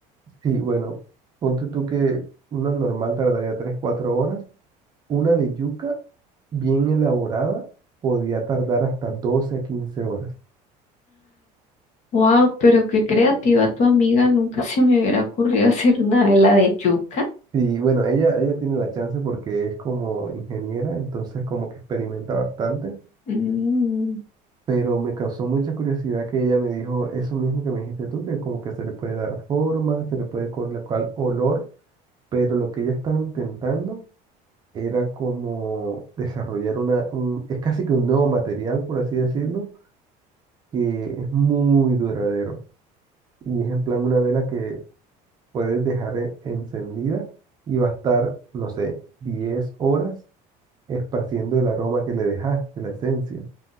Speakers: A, on the right; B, on the left.
A: Sí, bueno, ponte tú que una normal tardaría tres, cuatro horas. Una de yuca bien elaborada podía tardar hasta 12 a 15 horas.
B: Wow, pero qué creativa tu amiga, nunca se me hubiera ocurrido <laughs> hacer una vela de yuca.
A: Sí, bueno, ella, ella tiene la chance porque es como ingeniera, entonces como que experimenta bastante,
B: Mm,
A: pero me causó mucha curiosidad que ella me dijo eso mismo que me dijiste tú, que como que se le puede dar forma, se le puede colocar olor, pero lo que ella estaba intentando era como desarrollar una, un- es casi que un nuevo material, por así decirlo, que es muy duradero. Y es en plan una vela que puedes dejar e- encendida y va a estar, no sé, 10 horas esparciendo el aroma que le dejaste, la esencia.